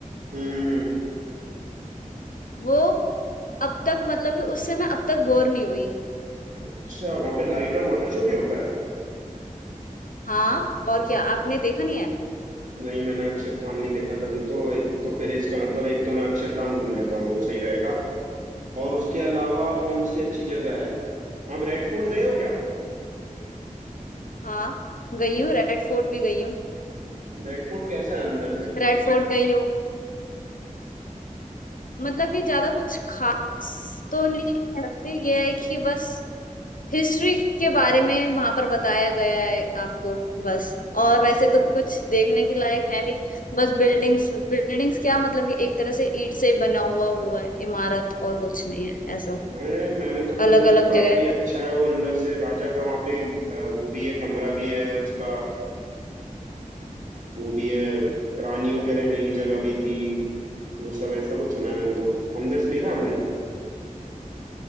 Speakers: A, on the right; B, on the left.
A: हम्म, हम्म,
B: वो अब तक मतलब कि उससे मैं अब तक बोर नहीं हुई
A: अच्छा वहां पे लाइट और वाटर शो भी होता है
B: हाँ और क्या आपने देखा नहीं है
A: नहीं मैंने अक्षरधाम नहीं देखा तभी तो एक तो फिर इसका मतलब एक तो मैं अक्षरधाम घूम लेता हूँ वो सही रहेगा और उसके अलावा कौन सी अच्छी जगह है आप रेड फोर्ट गए हो क्या
B: हाँ गई हूँ रेड फोर्ट भी गई हूँ
A: रेड फोर्ट कैसा है अंदर से
B: रेड फोर्ट गई हूँ मतलब कि ज्यादा कुछ खास तो नहीं कह सकते ये है कि बस हिस्ट्री के बारे में वहां पर बताया गया है आपको बस
A: अच्छा
B: और वैसे तो कुछ देखने के लायक है नहीं बस बिल्डिंग्स बिल्डिंग्स क्या मतलब कि एक तरह से ईंट से बना हुआ हुआ है इमारत और कुछ नहीं है ऐसा
A: हाँ यार मैंने तो सुना
B: अलग
A: है कि
B: अलग
A: काफी
B: जगह
A: अच्छा है वो अंदर से राजा का वहाँ पे घ- वो भी है कमरा भी है उसका अ, वो भी है रानियों के रहने की जगह भी थी वो सब ऐसा कुछ सुना है मैंने तो अंदर से देखा आपने